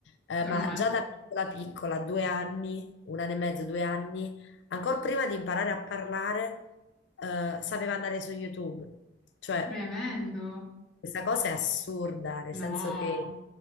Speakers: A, on the left; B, in the centre.
A: eh,
B: normale.
A: ma già da piccola piccola, due anni, un anno e mezzo, due anni, ancora prima di imparare a parlare, eh, sapeva andare su YouTube, cioè
B: Tremendo.
A: questa cosa è assurda, nel
B: No,
A: senso che